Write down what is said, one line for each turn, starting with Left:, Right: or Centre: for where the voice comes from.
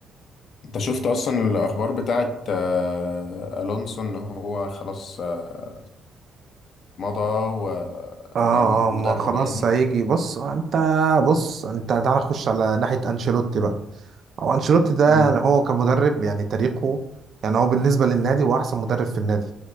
Left: انت شفت اصلا الاخبار بتاعت آه، الونسو ان هو خلاص آه، مضى واللي
Right: اه
Left: هو المدرب
Right: آه، ما خلاص
Left: يعني
Right: هيجي بص انت بص انت تعالى خش على ناحيه انشيلوتي بقى هو انشيلوتي ده
Left: امم
Right: يعني هو كمدرب يعني تاريخه يعني هو بالنسبه للنادي هو احسن مدرب في النادي